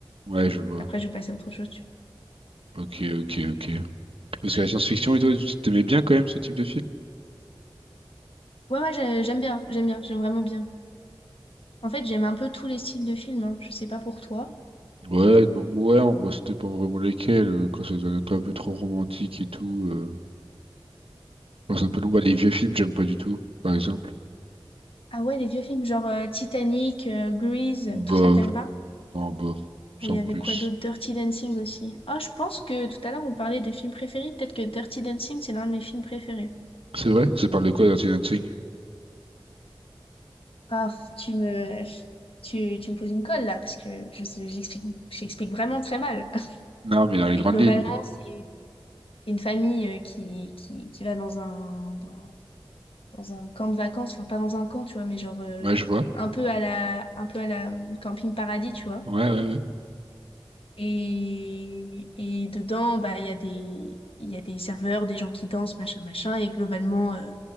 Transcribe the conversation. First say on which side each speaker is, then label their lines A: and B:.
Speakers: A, on the right; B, on the left.
A: Ouais, je vois.
B: après, je vais passer à autre chose, tu
A: Ok, ok, ok. Parce que la science-fiction et toi, tu t'aimais bien quand même ce type de film?
B: vois. Ouais, ouais, j'ai- j'aime bien, j'aime bien, j'aime vraiment bien. En fait, j'aime un peu tous les styles de films, hein. Je sais pas pour toi.
A: Ouais, non, ouais, on- bah, c'était pas vraiment lesquels, euh, quand c'est un un peu trop romantique et tout. euh. Enfin, c'est un peu long. Bah, les vieux films, j'aime pas du tout, par exemple.
B: Ah ouais, les vieux films, genre euh, Titanic, euh, Grease,
A: Bof,
B: tout ça, t'aimes pas?
A: non, bof, sans
B: Il y avait
A: plus.
B: quoi d'autre? Dirty Dancing aussi. Ah, je pense que tout à l'heure on parlait des films préférés. Peut-être que Dirty Dancing, c'est l'un de mes films préférés.
A: C'est vrai? Ça parle de quoi, Dirty Dancing?
B: Ah, tu me, tu, tu me poses une colle là, parce que je sais- j'explique, j'explique vraiment très mal.
A: Non, mais dans
B: Mais
A: les grandes
B: globalement,
A: lignes.
B: c'est c'est une famille euh, qui, qui, qui va dans un, dans, dans un camp de vacances, enfin pas dans un camp, tu vois, mais genre euh,
A: Ouais, je vois.
B: un peu à la, un peu à la euh, camping paradis, tu vois.
A: Ouais, ouais, ouais.
B: Et, et dedans, bah, il y a des, il y a des serveurs, des gens qui dansent, machin, machin. Et globalement, euh,